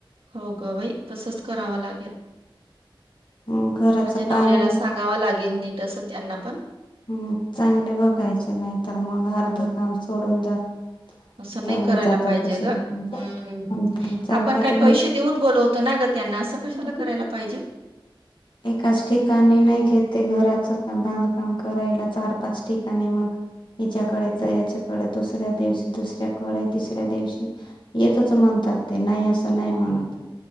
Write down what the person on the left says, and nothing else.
हम्म, घराचा
पाया
हम् चांगले बघायचे नाही तर मग अर्ध
काम सोडून जात
चालले
जातात
दुसरीकडे
आणि चार
पाच
घर
एकाच ठिकाणी नाही घेते घराचं का बांधकाम करायला चार पाच ठिकाणी मग हिच्याकडेच याच्याकडे दुसऱ्या दिवशी दुसऱ्याकडे, तिसऱ्या दिवशी. येतच म्हणतात ते नाही असं नाही म्हणत,